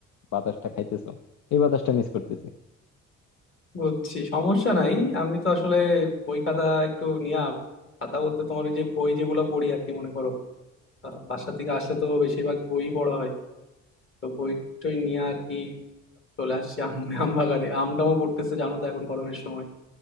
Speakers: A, on the left; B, on the left.
A: বাতাসটা খাইতেছো এই বাতাসটা মিস করতেছি
B: বুঝছি সমস্যা নাই আমি তো আসলে বই খাতা একটু নিয়া খাতা বলতে তোমার ওই যে বই যেগুলো পড়ি আর কি মনে করো আহ, বাসার দিকে আসলে তো বেশিরভাগ বই পড়া হয় তো বই টই নিয়ে আর কি চলে আসছি আম <laughs> আম বাগানে আম টামও পড়তেছে জানো তো এখন গরমের সময়